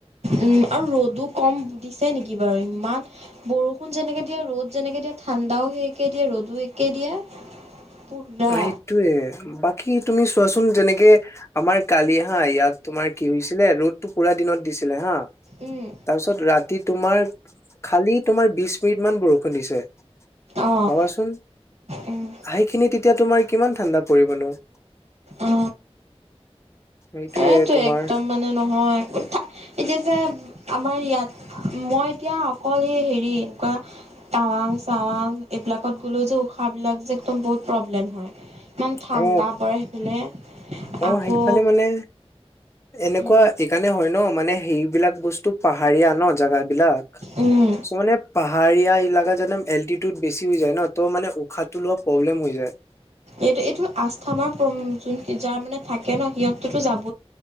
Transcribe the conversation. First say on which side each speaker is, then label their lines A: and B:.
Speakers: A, on the right (about 90°); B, on the left (about 25°).
A: উম আৰু ৰ'দো কম দিছে নেকি বাৰু ইমান বৰষুণ যেনেকে দিয়া ৰ'দ যেনেকে দিয়া ঠাণ্ডাও সেই একে দিয়ে ৰ'দো একে দিয়ে। পুৰা
B: সেইটোৱে বাকী। তুমি চোৱাচোন যেনেকে আমাৰ কালি হা ইয়াত তোমাৰ কি হৈছিলে ৰ'দতটো পুৰা দিনত দিছিলে হা।
A: উম,
B: তাৰপিছত ৰাতি তোমাৰ খালি তোমাৰ বিছ। কেইদিমান বৰষুণ দিছে।
A: অ',
B: ভাবাচোন
A: উম,
B: আহেইখিনি। মাই কিমান ঠাণ্ডা পৰিবনো।
A: অ
B: সেইটোয়ে
A: এইটো
B: তোমাৰ
A: একদম মানে নহয়। এতিয়া যে আমাৰ ইয়াত মই এতিয়া অকল এই হেৰি এনেকুৱা টাৱাং চাৱাং এইবিলাকত গ'লো যে উশাবিলাক যে একদম বহুত প্ৰব্লেম হয়। ইমান ঠাণ্ডা
B: অ
A: পৰে।
B: অ
A: আকৌ
B: সেইফালে মানে। এনেকুৱা
A: উম,
B: এইকাৰণে হয়। হয় ন মানে সেইবিলাক বস্তু পাহাৰীয়া ন জোগা। বিলাক
A: উম
B: চ মানে পাহাৰীয়া। এই য়া এলাকাত যামন এল্টীটিউড বেছি হৈ যায় ন তৌমানে উষাতো লোৱা প্ৰব্লেম। হৈ যায়।
A: এইটো এইটো আস্থা মাৰ। ম যোন যাৰ মানে থাকে ন সিহঁততো যাব।